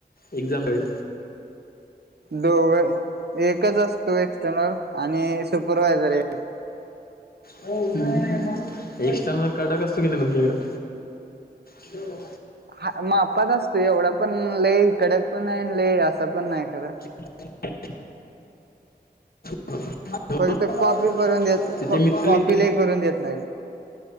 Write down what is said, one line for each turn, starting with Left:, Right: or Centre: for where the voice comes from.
Left: एक्झाम डे
Right: दोघय एकच असतू एक्सटर्नल आणि सुपरवायझर एक
Left: हम्म एक्स्टर्नल कडक असतो की नाय तुमच्याकड <unintelligible>
Right: हा मापात असतोय एवढा पण लय कडक पण नाय लय असा पण नाय खरा
Left: <inaudible> <inaudible>
Right: फक्त कॉपी करून देत
Left: किती मितलं
Right: कॉपी
Left: <inaudible>
Right: लय करून देत नाही